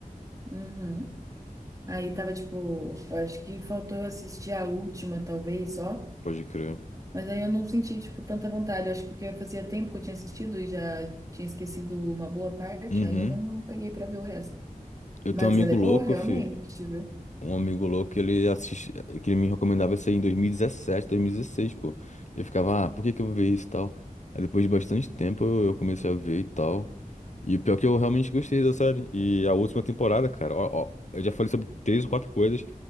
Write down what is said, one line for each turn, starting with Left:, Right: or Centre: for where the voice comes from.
Right: Uhum. Aí tava tipo, eu acho que faltou eu assistir a última, talvez, só.
Left: Pode crer.
Right: Mas aí eu não senti, tipo, tanta vontade. Acho que porque fazia tempo que eu tinha assistido e já tinha esquecido uma boa parte,
Left: Uhum.
Right: aí eu não peguei pra ver o resto.
Left: Eu
Right: Mas
Left: tenho um amigo
Right: ela é
Left: louco,
Right: boa, realmente,
Left: fi.
Right: viu?
Left: Um amigo louco, ele assiste, que ele me recomendava isso aí em dois dois mil mil e dezessete dois mil e dezesseis pô. E Eu ficava, ah, por que que eu vou ver isso e tal? Aí depois de bastante tempo eu, eu comecei a ver e tal. E o pior é que eu realmente gostei da série. E a última temporada, cara, ó, ó, eu já falei sobre três ou quatro coisas.